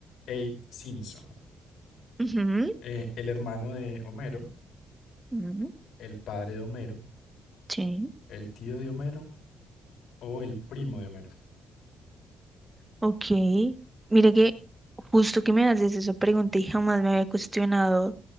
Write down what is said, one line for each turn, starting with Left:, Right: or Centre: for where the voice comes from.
Left: Abe Simpson?
Right: Ujú,
Left: Eh, ¿el hermano de Homero,
Right: ujú,
Left: el padre de Homero,
Right: Sí.
Left: el tío de Homero o el primo de Homero?
Right: Ok. Mire que justo que me haces esa pregunta y jamás me había cuestionado